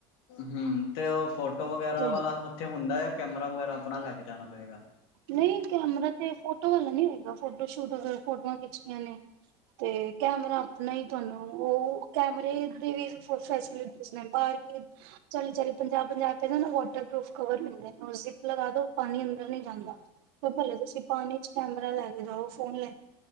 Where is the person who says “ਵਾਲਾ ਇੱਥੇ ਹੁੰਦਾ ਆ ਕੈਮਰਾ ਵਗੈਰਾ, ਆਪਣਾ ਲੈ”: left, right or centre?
Left